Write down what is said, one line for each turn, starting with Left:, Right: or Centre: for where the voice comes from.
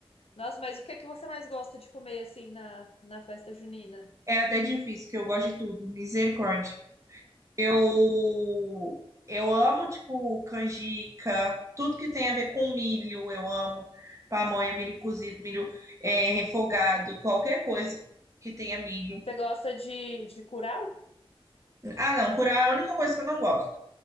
Left: Nossa, mas o que é que você mais gosta de comer assim na, na festa junina?
Right: É até difícil, porque eu gosto de tudo. Misericórdia. Eu eu amo, tipo, canjica, tudo que tem a ver com milho, eu amo. Pamonha, milho cozido, milho é, refogado, qualquer coisa que tenha milho.
Left: Você gosta de, de curau?
Right: Ah, não, curau é a única coisa que eu não gosto.